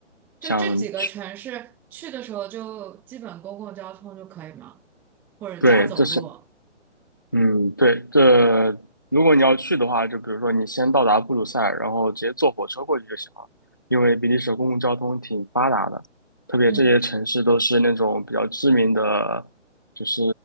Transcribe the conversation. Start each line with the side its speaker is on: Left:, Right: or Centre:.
Centre: 就这几个城市去的时候，
Left: 想去？
Centre: 就基本公共交通就可以吗？或者加走路？
Left: 对，这是嗯，对，这如果你要去的话，就比如说你先到达布鲁塞尔，然后直接坐火车过去就行了，因为比利时公共交通挺发达的，特别这些城市都是那种比较知名的，
Centre: 嗯
Left: 就是